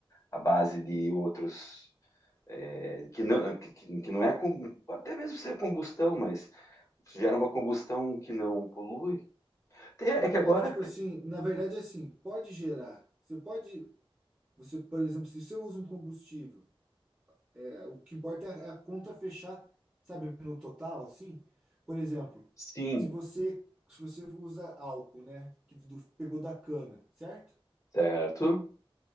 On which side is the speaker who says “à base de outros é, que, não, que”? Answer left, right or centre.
Left